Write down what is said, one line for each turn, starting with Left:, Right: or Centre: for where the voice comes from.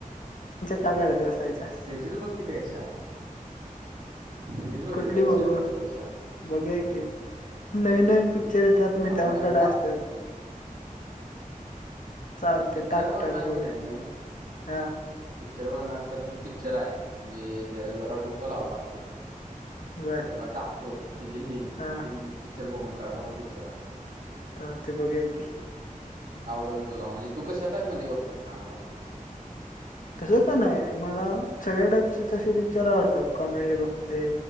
Left: का कडेत बसायचं,
Right: सिरीज बघ की त्यापेक्षा सिरीज बघ
Left: कुठली
Right: रे त्यापेक्षा
Left: बघू,
Right: पिक्चरपेक्षा
Left: बघूया की, नवीन-नवीन पिक्चर येतात मित्रांकडे
Right: आता नवीन
Left: असतात.
Right: टाक
Left: चालते
Right: बरं पिच्चर
Left: टाक
Right: बघणार
Left: टाक
Right: हाईस
Left: बघा
Right: तर कनी.
Left: हा.
Right: पिक्चर बघणार असलास तर पिक्चर आहे, म्हणजे जरा डोकं लावावं लागते.
Left: बर
Right: तुला टाकतो. तिची लिंक,
Left: हा
Right: ती पिक्चर बघून काढ भारी पिक्चर चार
Left: तर ते बघायकी
Right: आवडल तुला, म्हणजे तू कशा टाईप मध्ये बघतेस? सांग मला
Left: तसं का नाही, मला सगळ्या टाईपचे तसे पिक्चर आवडतात, कॉमेडी बघते,